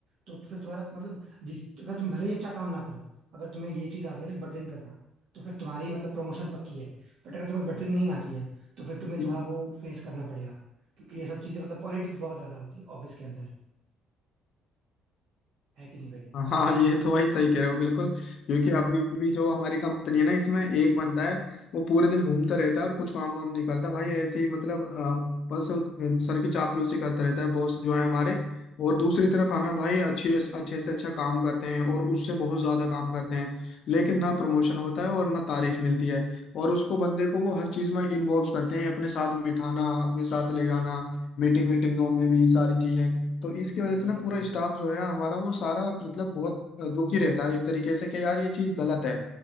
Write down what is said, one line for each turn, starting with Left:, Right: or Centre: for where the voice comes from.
Right: तो फिर तुम्हारा मतलब जिस अगर तुम भले ही अच्छा काम ना करो अगर तुम्हें ये चीज आती है ना बटरिंग करना तो फिर तुम्हारी मतलब प्रमोशन पक्की है बट अगर तुम्हें बटरिंग नहीं आती है तो फिर तुम्हें
Left: मैं
Right: थोड़ा वो फेस करना पड़ेगा क्योंकि ये सब चीजें मतलब पॉलिटिक्स बहुत ज्यादा होती है ऑफिस के अंदर है कि नहीं भाई
Left: हाँ ये तो भाई सही कह रहे हो बिल्कुल क्योंकि अभी भी जो हमारी कंपनी है ना इसमें एक बंदा है वो पूरे दिन घूमता रहता है और कुछ काम वाम नहीं करता भाई ऐसे ही मतलब अ, बस सर की चापलूसी करता रहता है बॉस जो है हमारे और दूसरी तरफ हमें भाई अच्छे अच्छे से अच्छा काम करते हैं और उससे बहुत ज्यादा काम करते हैं लेकिन ना प्रमोशन होता है और ना तारीफ मिलती है और उसको बंदे को वो हर चीज में इन्वॉल्व करते हैं अपने साथ बिठाना अपने साथ ले जाना मीटिंग मीटिंगों में भी सारी चीजें तो इसकी वजह
Right: Exactly
Left: से ना पूरा
Right: exactly.
Left: स्टाफ जो है हमारा वो सारा मतलब बहुत अ, दुखी रहता है एक तरीके से कि यार ये चीज गलत है